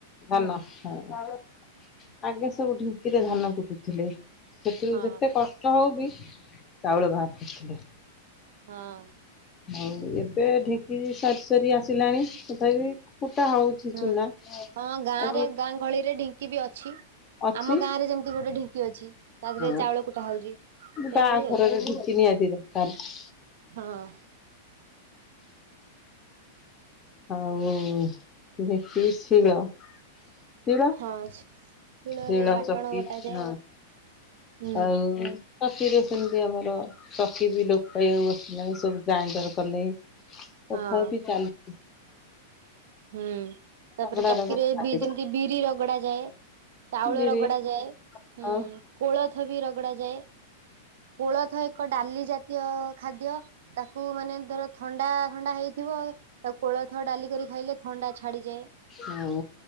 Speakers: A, on the left; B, on the right.
A: ଧାନ ହୁଁ। ଆଗେ ସବୁ ଢିଙ୍କିରେ ଧାନ କୁଟୁଥିଲେ ସେଥିରୁ
B: ହଁ
A: ଯେତେ କଷ୍ଟ ହଉ ବି ଚାଉଳ ବାହାର କରୁଥିଲେ।
B: ହଁ।
A: ଆଉ ଏବେ ଢିଙ୍କି ସରିି ସରି ଆସିଲାଣି ତଥାପି କୁଟା ହଉଛି
B: ହୁଁ
A: ଚୁନା
B: ହଁ ଗାଁ
A: ଆଜି
B: ରେ ଗାଁ ଗହଳିରେ ଢିଙ୍କି ବି ଅଛି।
A: ଅଛି
B: ଆମ ଗାଁ ରେ ଯେମିତି ଗୋଟେ ଢ଼ି ଙ୍କି ଅଛି ତା ଦେହରେ
A: ହଁ
B: ଚାଉଳ କୁଟା ହଉଛି ସେଇଭଳି
A: ବାହାଘରରେ
B: ଆଉ।
A: ଢିଙ୍କି ନିହାତି ଦରକାର
B: ହଁ।
A: ଆଉ ଢ଼ିଙ୍କି, ଶୀଳ ଶୀଳ
B: ହଁ ଶିଳରେ
A: ଶୀଳ
B: ବାଟଣ
A: ଚକି
B: ବଟାଯାଏ
A: ନା
B: ହୁଁ
A: ଆଉ କତିରେ। ସେମିତି ଆମର ଚକି ବି ଲୋପ୍ ପାଇବାକୁ ବସିଲାଣି ସବୁ ଗ୍ରାଇଣ୍ଡର କଲେ। ତଥାପି
B: ହଁ
A: ଚାଲିଛି।
B: ହୁଁ ତାପରେ
A: ରଗଡା
B: ଚକିରେ
A: ରଗଡା ଚାଲିଛି
B: ବି ଯେମିତି ବିରି ରଗଡା ଯାଏ। ଚାଉଳ
A: ବିରି
B: ରଗଡା ଯାଏ, ହୁଁ
A: ଆଉ
B: କୋଳଥ ବି ରଗଡା ଯାଏ। କୋଳଥ ଏକ ଡାଲି ଜାତୀୟ ଖାଦ୍ୟ ତାକୁ ମାନେ ଧର ଥଣ୍ଡା ଥଣ୍ଡା ହେଇଥିବ ତାକୁ କୋଳଥ ଡାଲିି କରି ଖାଇଲେ ଥଣ୍ଡା ଛାଡିଯାଏ।
A: ହୁଁ